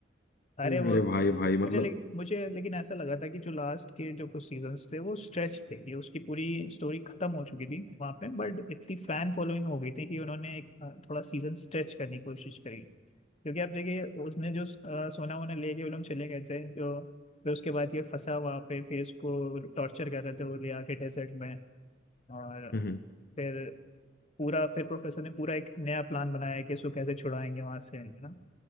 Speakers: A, on the left (about 35°); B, on the left (about 55°).
A: अरे
B: अरे
A: वो
B: भाई भाई मतलब
A: मुझे लेकिन मुझे लेकिन ऐसा लगा था कि जो लास्ट के जो कुछ सीजन्स थे वो स्ट्रेच थे ये उसकी पूरी स्टोरी खत्म हो चुकी थी वहां पे बट इतनी फैन फॉलोइंग हो गई थी कि उन्होंने एक अ, थोड़ा सीजन स्ट्रेच करने की कोशिश करी क्योंकि आप देखिए उसने जो अ, सोना वोना ले के वो लोग चले गए थे जो फिर उसके बाद ये फंसा वहां पे फिर इसको टॉर्चर कर रहे थे वो ले आके डेजर्ट में और
B: हम्म, हम्म।
A: फिर पूरा फिर प्रोफेसर ने पूरा एक नया प्लान बनाया कि इसको कैसे छुड़ाएंगे वहां से है ना